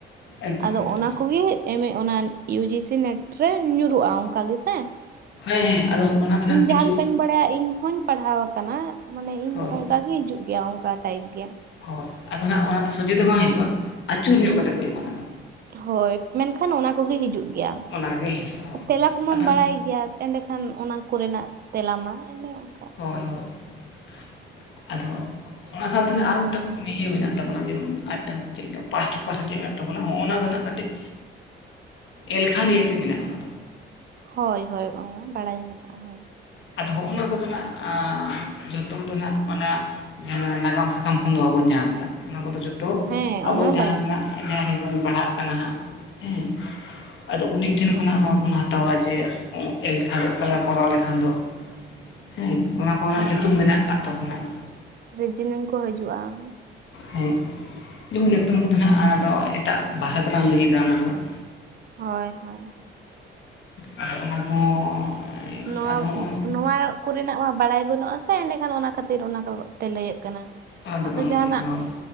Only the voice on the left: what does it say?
ᱮᱠᱫᱚᱢ
ᱮᱠᱫᱚᱢ
ᱦᱮᱸ ᱦᱮᱸ ᱟᱫᱚ ᱚᱱᱟ ᱫᱚ
ᱦᱟᱸᱜ ᱠᱤᱪᱷᱩ
ᱦᱳᱭ
ᱦᱳᱭ ᱾ ᱟᱫᱚ ᱦᱟᱸᱜ ᱚᱱᱟ ᱫᱚ ᱥᱚᱡᱷᱮ ᱫᱚ ᱵᱟᱝ ᱦᱤᱡᱩᱜᱼᱟ ᱟᱹᱪᱩᱨ ᱧᱚᱜ ᱠᱟᱛᱮ ᱠᱚ ᱮᱢᱚᱜᱟ ᱚᱱᱟ ᱫᱚ ᱾
ᱚᱱᱟᱜᱮ ᱦᱤᱡᱩᱜᱼᱟ
ᱦᱳᱭ
ᱟᱫᱚ
ᱦᱳᱭ ᱦᱳᱭ ᱾ ᱟᱫᱚ ᱚᱱᱟ ᱥᱟᱶᱛᱮ ᱟᱨ ᱢᱤᱫᱴᱟᱝ ᱤᱭᱟᱹ ᱢᱮᱱᱟᱜ ᱛᱟᱵᱚᱱᱟ, ᱡᱮᱢᱚᱱ ᱟᱨ ᱢᱤᱫᱴᱟᱝ ᱪᱮᱫ ᱯᱟᱥ ᱯᱟᱥᱮ ᱪᱮᱫ ᱢᱮᱱᱟᱜ ᱛᱚ ᱾ ᱚᱱᱟ ᱦᱚᱸᱜᱼᱚᱭ ᱱᱟ ᱫᱚ ᱱᱟᱜ ᱠᱟᱹᱴᱤᱡ ᱮᱞᱠᱷᱟ ᱱᱤᱭᱮᱛᱮ ᱢᱮᱱᱟᱜᱼᱟ ᱾
ᱟᱫᱚ ᱦᱚᱸᱜᱼᱚ ᱱᱚᱭᱟ ᱠᱚᱫᱚ ᱦᱟᱸᱜ ᱡᱚᱛᱚ ᱫᱚ ᱦᱟᱸᱜ ᱚᱱᱟ ᱱᱟᱜᱟᱢ ᱥᱟᱠᱟᱢ ᱠᱷᱚᱱ ᱫᱚ ᱵᱟᱵᱚᱱ ᱧᱟᱢ ᱮᱫᱟ ᱚᱱᱟ ᱠᱚᱫᱚ ᱡᱚᱛᱚ
ᱟᱵᱚ
ᱡᱟᱦᱟᱸ
ᱛᱤᱱᱟᱜ ᱡᱟᱦᱟᱸ ᱜᱮᱵᱚᱱ ᱯᱟᱲᱦᱟᱜ ᱠᱟᱱᱟ ᱦᱟᱸᱜ ᱦᱮᱸ ᱟᱫᱚ ᱩᱱᱤ ᱴᱷᱮᱱ
ᱠᱷᱚᱱᱟᱜ ᱱᱚᱣᱟ ᱵᱚᱱ ᱦᱟᱛᱟᱣᱟ ᱡᱮ ᱮᱞᱠᱷᱟ ᱚᱠᱟ ᱞᱮ ᱠᱚᱨᱟᱣ ᱞᱮᱠᱷᱟᱱ ᱫᱚ ᱦᱮᱸ, ᱚᱱᱟ ᱠᱚᱨᱮᱱᱟᱜ
ᱧᱩᱛᱩᱢ ᱢᱮᱱᱟᱜ ᱠᱟᱜ ᱛᱟᱵᱚᱱᱟ ᱾
ᱦᱮᱸ, ᱡᱮᱢᱚᱱ ᱧᱩᱛᱩᱢ ᱠᱚᱫᱚ ᱱᱟᱜ ᱚᱱᱟᱫᱚ ᱮᱴᱟᱜ ᱵᱷᱟᱥᱟ ᱛᱮᱞᱟᱝ ᱞᱟᱹᱭᱮᱫᱟ ᱚᱱᱟ ᱫᱚ ᱾
ᱟᱨ ᱚᱱᱟ ᱠᱚᱦᱚᱸ
ᱟᱫᱚ ᱦᱚᱸᱜᱼᱚᱭ
ᱚᱱᱟ ᱫᱚ
ᱵᱟᱝ
ᱞᱟᱹᱭ ᱦᱳᱭ